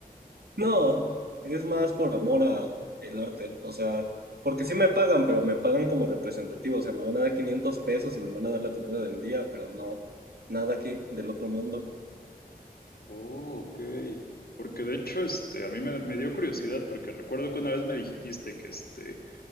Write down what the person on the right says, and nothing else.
No, es más por amor a el arte. O sea, porque sí me pagan, pero me pagan como representativo. O sea, me van a dar 500 pesos y me van a dar la comida del día, pero no, nada aquí del otro mundo.